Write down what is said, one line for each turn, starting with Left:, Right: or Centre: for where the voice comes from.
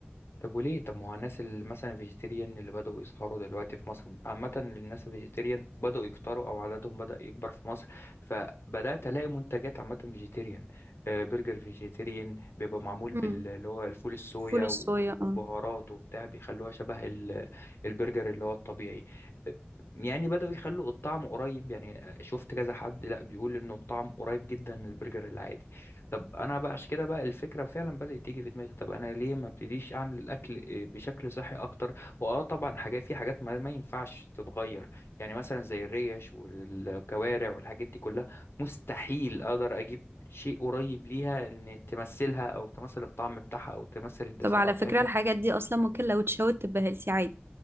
Left: طب وليه؟ طب ما هو الناس اللي مثلا فيجيتيريان اللي بدأوا يظهروا دلوقتي في مصر عامة الناس الفيجيتيريان بدأوا يكتروا أو عددهم بدأ يكبر في مصر فبدأت ألاقي منتجات عامة فيجيتيريان آه، برجر فيجيتيريان بيبقى معمول
Right: مم.
Left: بال- اللي هو الفول الصويا
Right: فول الصويا
Left: و- وبهارات
Right: اه
Left: وبتاع بيخلوها شبه ال- البرجر اللي هو الطبيعي آه، يعني بدأوا يخلوا الطعم قريب يعني آه، شفت كذا حد لأ بيقول إنه الطعم قريب جدا من البرجر العادي طب انا بقى عشان كده بقى الفكره فعلا بدات تيجي في دماغي طب انا ليه ما ابتديش اعمل الاكل إيه، بشكل صحي اكتر هو اه طبعا حاجات في حاجات ما, ما ينفعش تتغير يعني مثلا زي الريش والكوارع والحاجات دي كلها مستحيل اقدر اجيب شيء قريب ليها ان تمثلها او تمثل الطعم بتاعها او تمثل الدسامه
Right: طب على
Left: بتاعتها
Right: فكرة الحاجات دي أصلا ممكن لو اتشوت تبقى هيلثي عادي